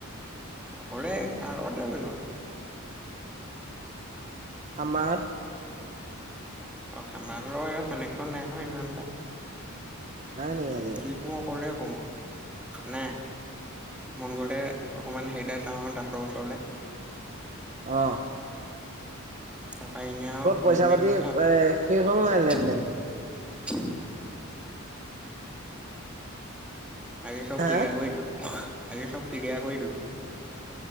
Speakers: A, in the centre; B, on the right.
A: অকলে কাৰ লগত যাবিনো।
B: খাম্বাহাত
A: অ খা নবাহঁতৰ লগত কানেকচন নাই নহয় ইমান এটা।
B: নাই নেকি আজিকালি?
A: যি কওঁ অকলে অ নাই। মন গতে অকমান হেৰি <unintelligible> অ ডাক্তৰ ওচৰলে।
B: অঁ।
A: তাপা এনেই আও ঘূৰি
B: পইচা
A: মেলি
B: পাতি এ শেষ হ'ল নাই লেন
A: <unintelligible>
B: দেন
A: আজি চব
B: হা
A: ক্ৰিয়া কৰি দিলোঁ। আগে চব কিলিয়াৰ কৰি দিলোঁ।